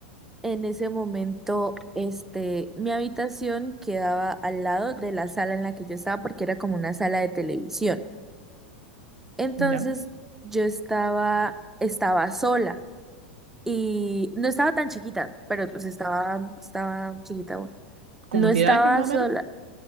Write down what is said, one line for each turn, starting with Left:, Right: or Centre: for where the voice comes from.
Centre: En ese momento, este, mi habitación quedaba al lado de la sala en la que yo estaba porque era como una sala de televisión. Entonces,
Right: ¿Ya?
Centre: yo estaba, estaba sola y no estaba tan chiquita, pero pues estaba, estaba chiquita aún.
Right: ¿Como
Centre: No estaba
Right: 10 años más
Centre: sola,
Right: o menos?